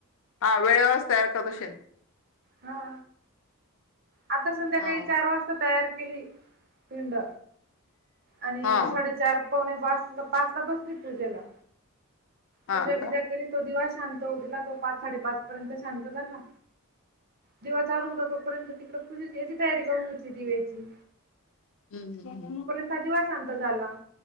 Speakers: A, on the left; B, on the right.
A: हा वेळेवरच तयार करत असशीन.
B: हा. आता संध्याकाळी
A: हा
B: चार वाजता तयार केली पिंड. आणि
A: हा
B: साडेचार पावणे पाचल-पाचला बसली पूजेला.
A: हा
B: पूजा-बिजा
A: का
B: करीत तो दिवा शांत होवू दिला. तो पाच-साडे पाच पर्यंत शांत झाला. दिवा चालू होता तोपर्यंत ती पूजेची याची तयारी करून घेतली दिव्याची.
A: हम हम्म हम्म.
B: तर दिवा शांत झाला